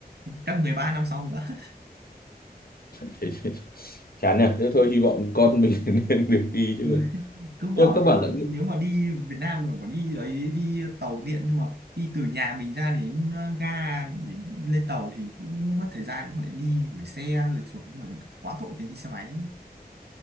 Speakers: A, on the right; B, on the left.
A: chắc 13 năm sau nữa
B: <laughs> chán nhỉ thế thôi hy vọng con mình <laughs> nên được đi chứ
A: Ừ. <laughs>
B: còn
A: cứ bảo
B: nhưng mà các bạn
A: là
B: lại
A: nếu mà đi Việt Nam rồi bảo đi ấy đi tàu điện nhưng mà đi từ nhà mình ra đến ờ, ga để lên tàu thì cũng mất thời gian họ lại đi gửi xe rồi xuống rồi quá tội thì đi xe máy